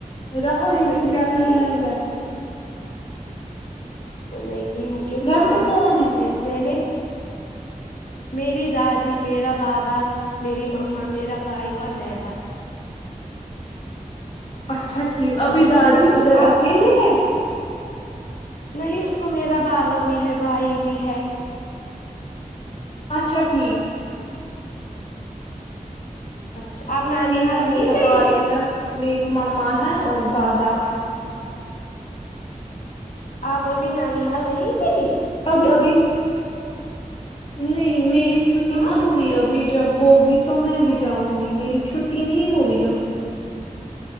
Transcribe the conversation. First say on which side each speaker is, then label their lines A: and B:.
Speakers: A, on the left; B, on the left.
A: رہو یہیں
B: نہیں
A: کیا کرنا ہے گھر پہ
B: نہیں مجھے
A: گھر
B: کام
A: پہ کون ہے
B: میں میں نے میری دادی میرا بابا میری مما میرا بھائی اور میں بس
A: اچھا ٹھیک ابھی دادی ادھر
B: آپ
A: اکیلے ہے
B: نہیں اس کو میرا بابا بھی ہے بھائی بھی ہے
A: اچھا ٹھیک
B: اچھا آپ
A: ہم
B: نانی
A: بھی
B: حال
A: ہے میرا
B: نہیں گئی
A: بھائی ہے میری مما ہے اور دادا ہے
B: آپ ابھی نانی حال نہیں گئی
A: ابھی ابی نہیں میری چھٹی
B: ہاں
A: مت ہوئی ابھی جب ہوگی تو میں بھی جاؤں گی میری چھٹی نہیں ہوئی ابھی